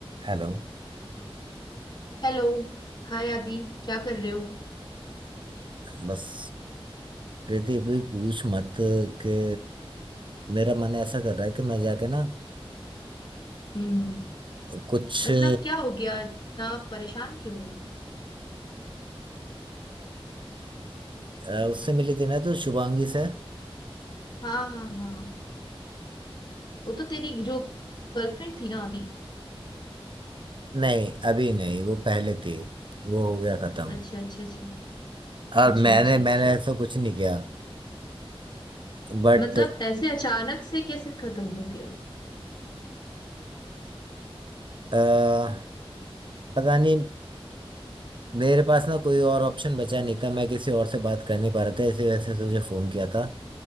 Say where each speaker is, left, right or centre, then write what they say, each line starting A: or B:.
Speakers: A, on the right; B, on the left.
A: Hello
B: Hello Hi Aadi क्या कर रहे हो
A: बस कृति भी पूछ मत कि मेरा मन ऐसा कर रहा है कि मैं जाके ना
B: हम्म
A: कुछ
B: मतलब
A: अ,
B: क्या हो गया इतना परेशान क्यों हो
A: अ, उससे मिली थी ना तो शुभांगी से
B: हाँ हाँ हाँ वो तो तेरी जो गर्लफ्रेंड थी ना अभी
A: नहीं अभी नहीं वो पहले थी वो हो गया खत्म
B: अच्छा अच्छा अच्छा
A: और
B: अच्छा
A: मैंने
B: अच्छा अच्छा
A: मैंने ऐसा कुछ नहीं किया बट
B: मतलब ऐसे अचानक से कैसे खत्म हो गया
A: पता नहीं मेरे पास ना कोई और ऑप्शन बचा नहीं था मैं किसी और से बात कर नहीं पा रहा था इसी वजह से तुझे फोन किया था